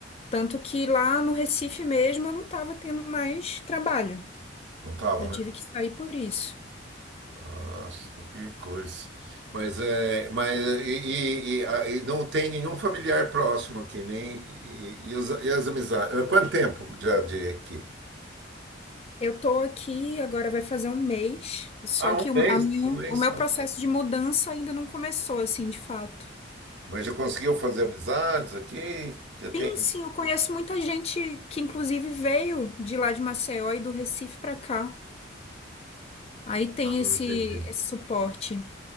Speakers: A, on the left; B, on the right.
A: Tanto que lá no Recife mesmo eu não estava tendo mais trabalho.
B: Não tava,
A: Eu
B: né?
A: tive que sair por isso.
B: Nossa, que coisa. Mas é, mas e, e- e- a- e não tem nenhum familiar próximo aqui, nem e, e os- e as amizades. Há Quanto tempo já de aqui?
A: Eu tô aqui, agora vai fazer um mês, só
B: Ah,
A: que
B: um
A: o,
B: mês,
A: a minha,
B: um mês
A: o meu
B: só.
A: processo de mudança ainda não começou, assim, de fato.
B: Mas já conseguiu fazer amizades aqui? Já tem?
A: Sim, sim, eu conheço muita gente que, inclusive, veio de lá de Maceió e do Recife pra cá. Aí tem
B: Ah,
A: esse,
B: entendi.
A: esse suporte